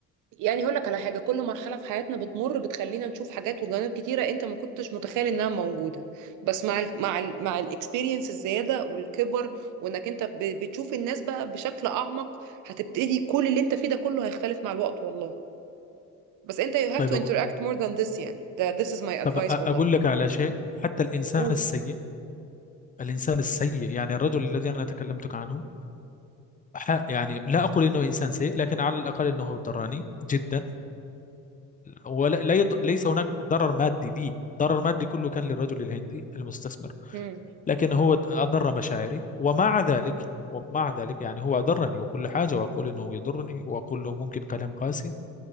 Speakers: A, on the right (about 75°); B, on the left (about 25°).
A: يعني هقول لك على حاجه كل مرحله في حياتنا بتمر بتخلينا نشوف حاجات وجوانب كتيره انت ما كنتش متخيل انها موجوده بس مع ال مع ال مع الاكسبيرينس الزياده والكبر وانك انت ب- بتشوف الناس بقى بشكل اعمق هتبتدي كل اللي انت فيه ده كله هيختلف مع الوقت والله بس انت you have
B: طيب
A: to
B: أقول
A: interact more than this يعني ده this is my
B: طب
A: advice
B: أ- أقول
A: والله
B: لك على شيء حتى الإنسان
A: قول
B: السيء الإنسان السيء يعني الرجل الذي أنا تكلمتك عنه ح- يعني لا أقول إنه إنسان سيء لكن على الأقل إنه دراني جدا ولا لا يض... ليس هناك ضرر مادي لي ضرر مادي كله كان للرجل الهندي المستثمر
A: امم
B: لكن هو د- أضر مشاعري ومع ذلك ومع ذلك يعني هو أضرني وكل حاجة وأقول إنه يضرني وأقول له ممكن كلام قاسي